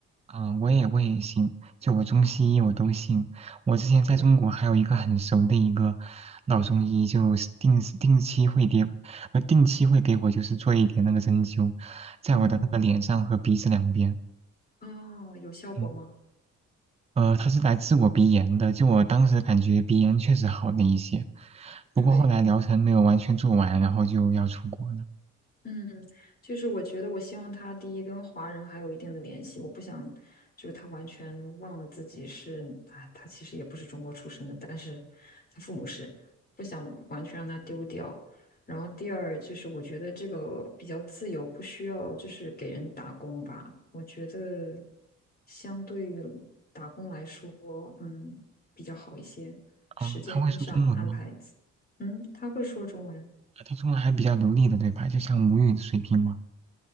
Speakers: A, on the right; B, on the left.
A: 嗯，我也我也信，就我中西医我都信。我之前在中国还有一个很熟的一个老中医，
B: 对，
A: 就是定时定期会给，呃，定期会给我就是做一点那个针灸，在我的那个脸上和鼻子两边。
B: 嗯，哦，有效果吗？
A: 嗯，呃，他是来治我鼻炎的，就我当时感觉鼻炎确实好了一些，不过后来疗程没有完全做完，
B: 对。
A: 然后就要出国了。
B: 嗯，就是我觉得，我希望他第一跟华人还有一定的联系，我不想就是他完全忘了自己是，啊，他其实也不是中国出生的，但是他父母是，不想完全让他丢掉。然后第二就是我觉得这个比较自由，不需要就是给人打工吧。我觉得相对于打工来说，嗯，比较好一些，
A: 啊，
B: 时间上安排，
A: 他会说中文吗？
B: 嗯，他会说中文。
A: 啊他中文还比较流利的，对吧？就像母语的水平吗？